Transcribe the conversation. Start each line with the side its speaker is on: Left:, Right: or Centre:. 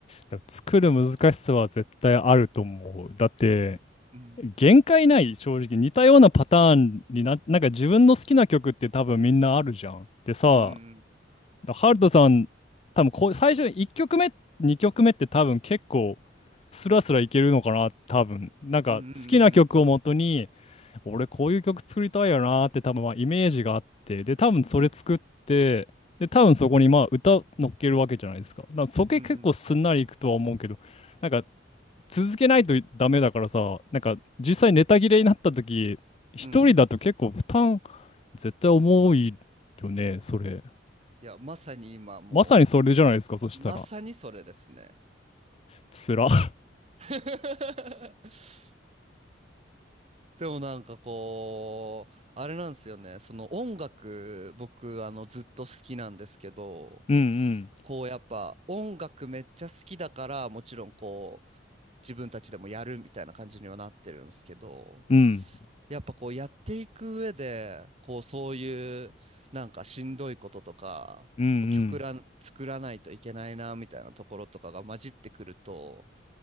Left: だから作る難しさは絶対あると思う。だって、
Right: えうん
Left: 限界ない、正直。似たようなパターンにな、なんか自分の好きな曲って多分みんなあるじゃん。でさ、
Right: うん
Left: だハルトさん、多分こう最初1曲目、2曲目って多分結構スラスラいけるのかな、多分。なんか好きな曲をもとに、
Right: うんうんうんうん
Left: 俺こういう曲作りたいよなーって多分まあイメージがあって、で、多分それ作って、
Right: うんうんうん
Left: で、多分そこにまあ歌乗っけるわけじゃないですか。だからそこ結構すんなりいくとは思うけど、
Right: うん
Left: なんか続けないとダメだからさ、なんか実際ネタ切れになった時、一人だと結構負担
Right: うん
Left: 絶対重いよね、それ。
Right: いやまさに今も
Left: まさにそれじゃないですか、そしたら。
Right: うまさにそれですね。
Left: つら。<laughs>
Right: <laughs> でもなんかこうあれなんですよねその音楽僕あのずっと好きなんですけど
Left: うん
Right: こうやっぱ音楽めっちゃ好きだからもちろんこう自分たちでもやるみたいな感じにはなってるんですけど
Left: うん。うん。
Right: やっぱこうやっていく上でこうそういうなんかしんどいこととかこう曲らん作らないといけないなみたいなところとかが混じってくると
Left: うんうん。